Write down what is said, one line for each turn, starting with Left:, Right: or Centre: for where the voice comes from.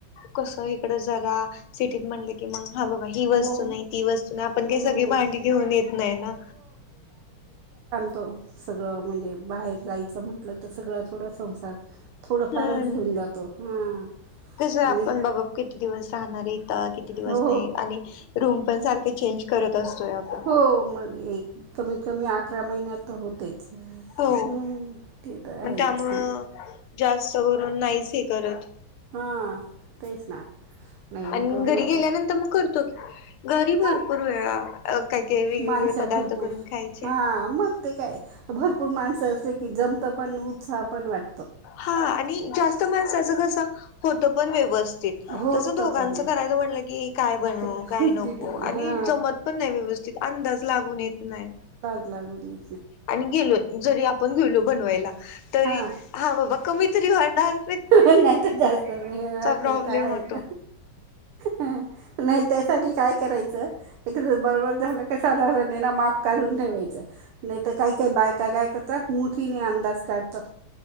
Left: कसं ही ड जगा, सिटीत म्हटलं की मग हा बाबा ही वस्तू
Right: हो
Left: नाही, ती वस्तू नाही, आपण काही
Right: हो
Left: सगळी भांडी घेऊन येत नाही ना.
Right: त सगळं म्हणजे, बाहेर जायचं म्हटलं तर सगळ थोडं संसार थोडंफारच
Left: हं.
Right: घेऊन जातो हां
Left: कस आपण
Right: आणि
Left: बाबा किती दिवस राहणारय. आता किती दिवस
Right: हो
Left: नाही आणि रूम पण सारखे चेंज करत असतोय आपण.
Right: हो मग एक कमीत कमी अकरा महिन्यात तर होतेच.
Left: हो.
Right: हम्म ते तर
Left: पण
Right: आहेच
Left: त्यामुळ, जास्त करून नाहीच हे करत.
Right: हा, तेच ना. नाही
Left: आणि
Right: ब
Left: घरी
Right: मग
Left: गेल्यानंतर
Right: ते
Left: मग करतो की. घरी
Right: हां
Left: भरपूर वेळा, काहीतर वेगवेगळे
Right: माणसं
Left: पदार्थ
Right: भरपूर
Left: करून खायचे.
Right: हा मग ते काय भरपूर माणसं असले की जमतं पण उत्साह पण वाट
Left: हा आणि जास्त माणसाच कस होत पण व्यव
Right: होत
Left: तसं दोघांच
Right: पण
Left: करायच म्हटलं कि काय बनवु,
Right: क-
Left: काय नको,
Right: किती
Left: आणि
Right: हा
Left: जमत पण नाही व्यव चिप अंदाज लागून येत नाही.
Right: लागुडी
Left: आणि गेलो, जरी आपण गेलो बनवायला, तरी
Right: हा
Left: हां बाबा कमी तरी व्हानार.
Right: नाही त जास्त,
Left: प्रॉब्लेम
Right: ते त आहेच.
Left: होतो
Right: हं, नाही त्यासाठी काय करायचं, एक बरोबर झालं का साधारण ना माप काढून ठेवायचं, नाही त काही काही बायका काय करता मुठीने अंदाज काढतात.